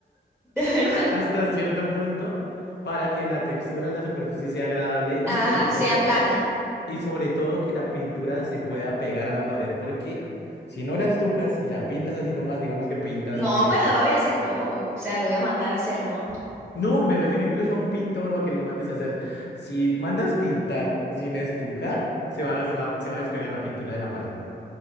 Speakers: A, in the centre; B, on the left.
A: De verdad.
B: <laughs> hasta cierto punto para que la textura de la superficie sea agradable y
A: Ajá,
B: sobre todo
A: sea plana.
B: Y sobre todo que la pintura se pueda pegar a la pared, porque si no la estucas y la pintas así nomás, digamos que pintas,
A: No,
B: no sé.
A: pero no lo voy a hacer yo, o sea, lo voy a mandar a hacer, ¿no?
B: No, me refiero incluso a un pintor o a que lo mandes a hacer. Si mandas pintar sin estucar, se va, se va, se va a despegar la pintura de la pared.